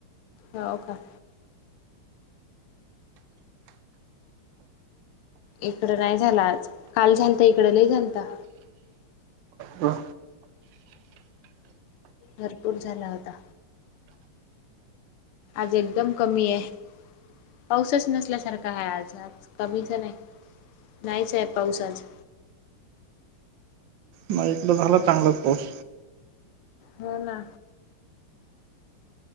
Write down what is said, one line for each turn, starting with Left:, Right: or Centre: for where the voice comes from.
Left: ह का. इकडं नाही झाला आज काल झाल तर इकडं ल झालता.
Right: ब-
Left: भरपूर झाला होता. आज एकदम कमी आहे. पाऊसच नसल्यासारखा आहे आज आज कमीच नाही नाहीच आहे पाऊस आज.
Right: मग एकडं झालं चांगलंच पोर्स.
Left: हो ना.